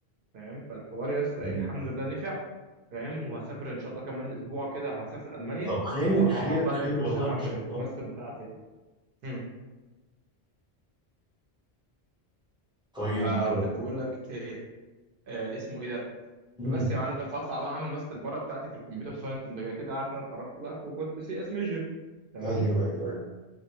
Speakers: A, on the right (about 60°); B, in the centre.
A: فاهم فالحوار يا اسطى
B: الله
A: ايه الحمد لله نفع فاهم وهسافر ان شاء الله كمان اسبوع كده هسافر المانيا
B: طب خير
A: وهقعد
B: خير
A: بقى هناك
B: خير
A: يا
B: والله
A: باشا هعمل
B: ان شاء
A: الماستر
B: الله
A: بتاعتي مم.
B: طيب
A: فكنت بقول لك ايه آه اسمه ايه ده
B: مم.
A: فبس يا معلم فاطلع بقى اعمل ماستر بره بتاعتي في الكمبيوتر ساينس انت كده عارف إن انا اتخرجت بقى وكنت سي اس ميجر تمام
B: ايوه ايوه